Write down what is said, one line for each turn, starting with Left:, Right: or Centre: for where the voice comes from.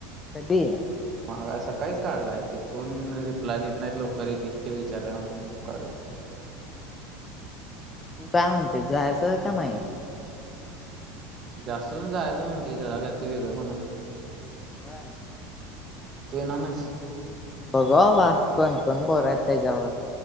Left: कधी?
Right: मग सकाळीच काढलाय ते कोण रिप्लाय देत नाहीत लवकर एकेकटे विचारुया म्हणून ग्रुप काढलाय.
Left: जा म्हणते जायचं का नाही?
Right: जास्त जन जायचं म्हणत्यात. जरा कायतर वेगळं पणा- -
Left: होय.
Right: तु येणार नाहीस?
Left: बघू बाबा कोण कोण पोर हाईत त्याच्यावर